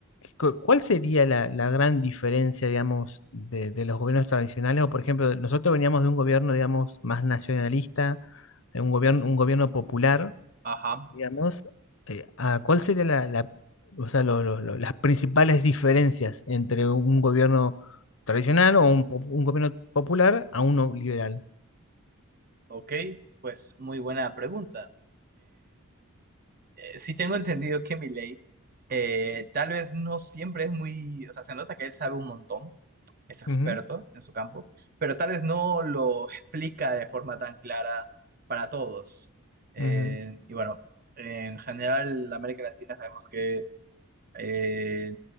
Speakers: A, on the left (about 65°); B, on the right (about 40°).
A: cu- ¿cuál sería la, la gran diferencia, digamos, de, de los gobiernos tradicionales? O, por ejemplo, nosotros veníamos de un gobierno, digamos, más nacionalista, de un gobierno, un gobierno popular,
B: Ajá,
A: digamos. eh, ¿a ¿cuál sería la, la- o sea, lo- lo- lo- las principales diferencias entre un gobierno tradicional o un, po- un gobierno popular a uno liberal?
B: ok, pues muy buena pregunta. eh, sí tengo entendido que Milei eh, tal vez no siempre es muy, o sea, se nota que él sabe un montón, es experto
A: Ujú,
B: en su campo, pero tal vez no lo explica de forma tan clara para todos. Eh,
A: ujú.
B: y bueno, en general, la América Latina sabemos que eh,